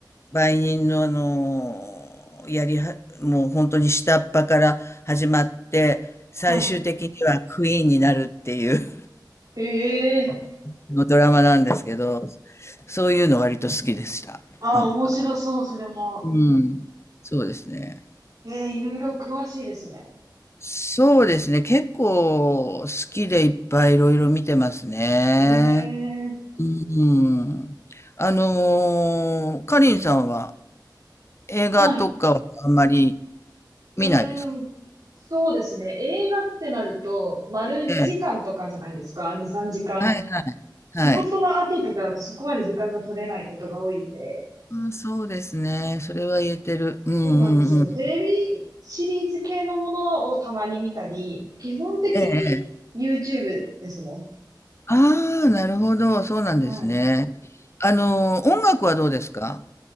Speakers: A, on the left (about 35°); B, on the right (about 60°).
A: 売人のあの、やりは、もう本当に下っ端から始まって、最終的にはクイーンになるっていう
B: はい。へえ。
A: <laughs> のドラマなんですけど、そういうの割と好きでした。
B: ああ、
A: なんか。
B: 面白そう、それも。
A: うん。そうですね。
B: ええ、いろいろ詳しいですね。
A: そうですね。結構好きでいっぱいいろいろ見てますね。
B: へえ。
A: うーん。あのー、かりんさんは映画とかはあんまり
B: はいうーん、
A: 見ないですか
B: そうですね。映画ってなると、丸2時間とかじゃないですか。
A: ええ。
B: 2、3時間。
A: はいはい。はい。
B: 仕事の後とかだとそこまで時間が取れないことが多いんで。
A: あ、そうですね。それは言えてる。うんうんうん。
B: そうなんですよ。テレビシリーズ系のものをたまに見たり、基本的に
A: ええ。
B: YouTube ですね。
A: ああ、なるほど。そうなんですね。
B: はい。
A: あのー、音楽はどうですか